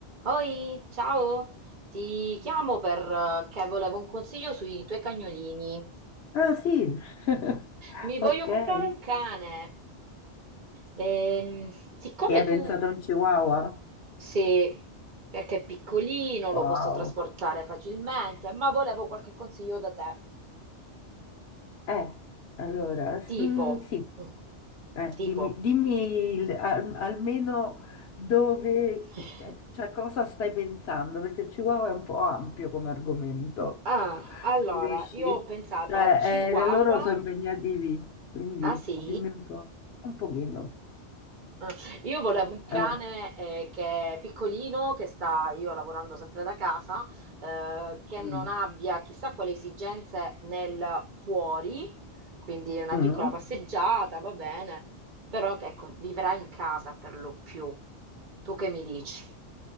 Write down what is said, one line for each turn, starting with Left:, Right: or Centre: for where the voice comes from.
Right: Oi, ciao, ti chiamo perché volevo un consiglio sui tuoi cagnolini.
Left: Ah sì, <laughs>
Right: Mi voglio
Left: ok.
Right: comprare
Left: E
Right: un cane. Ehm, siccome
Left: hai
Right: tu
Left: pensato a un chihuahua?
Right: sei, perché è piccolino, lo
Left: Wow.
Right: posso trasportare facilmente, ma volevo qualche consiglio da te.
Left: Eh, allora, s-
Right: Tipo,
Left: mm, sì,
Right: mm,
Left: Eh,
Right: tipo.
Left: dimmi, dimmi il- al- almeno dove,
Right: <laughs>
Left: che- che- cioè cosa stai pensando, perché il chihuahua è un po' ampio come argomento,
Right: Ah, allora,
Left: capisci?
Right: io ho pensato
Left: Cioè,
Right: al Chihuahua.
Left: eh, loro sono impegnativi, quindi
Right: Ah, sì?
Left: dimmi un po', un pochino.
Right: Ah, Io volevo un cane
Left: Eh.
Right: eh, che è piccolino, che sta io lavorando sempre da casa, eh, che
Left: Mm.
Right: non abbia chissà quali esigenze nel fuori, quindi una
Left: Mm.
Right: piccola passeggiata, va bene, però ecco, vivrà in casa per lo più. Tu che mi dici?